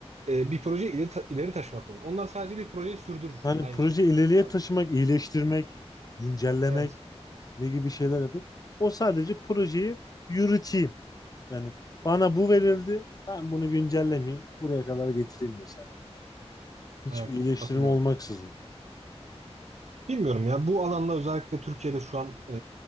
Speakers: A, on the right (about 85°); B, on the left (about 35°).
A: e, bir proje ileri, ta- ileri taşımak olur. Onlar sadece bir projeyi sürdürür
B: Hani
A: aynı
B: proje
A: şekilde.
B: ileriye
A: Aynen.
B: taşımak, iyileştirmek, güncellemek
A: Evet,
B: ne gibi şeyler yapıyor. O sadece projeyi yürüteyim. Yani bana bu verildi, ben bunu güncellemeyeyim, buraya kadar getireyim mesela. Hiçbir
A: evet
B: iyileştirme
A: katılıyorum.
B: olmaksızın.
A: Bilmiyorum ya bu alanda özellikle Türkiye'de şu an e,